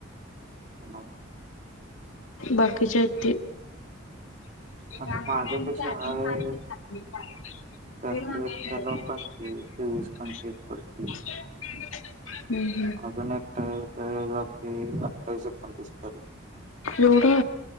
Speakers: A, on the right; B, on the left.
A: मग
B: बाकीचे हाई ते <unintelligible>
A: आता माझ्या पैसे हाय त्यातलं
B: <unintelligible>
A: एकट्याला पंचवीस तेवीस पंचवीस पडतील
B: हम्
A: अजून एकट रात्री आठवीस एकोणतीस पर्यंत
B: एवढा